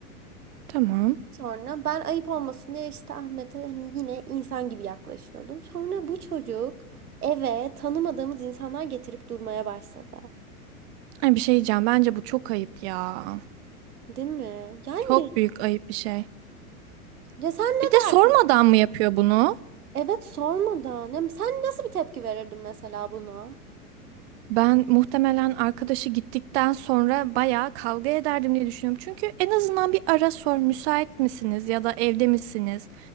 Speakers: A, on the right; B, on the right.
A: Tamam.
B: Sonra ben ayıp olmasın diye işte Ahmet'e hani yine insan gibi yaklaşıyordum. Sonra bu çocuk eve tanımadığımız insanlar getirip durmaya başladı.
A: Ay, bir şey diyeceğim. Bence bu çok ayıp ya.
B: Değil mi? Yani
A: Çok büyük ayıp bir şey.
B: ya sen ne
A: Bir de sormadan
B: derdin?
A: mı yapıyor bunu?
B: Evet sormadan. Ya sen nasıl bir tepki verirdin mesela buna?
A: Ben muhtemelen arkadaşı gittikten sonra bayağı kavga ederdim diye düşünüyorum. Çünkü en azından bir ara sor, müsait misiniz ya da evde misiniz?